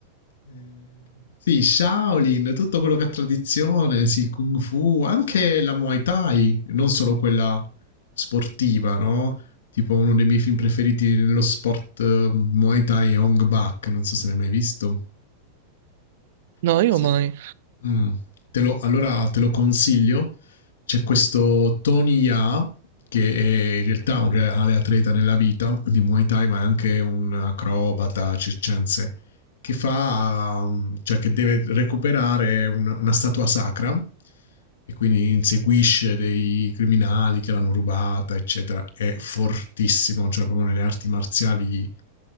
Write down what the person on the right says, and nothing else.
No,
io
mai.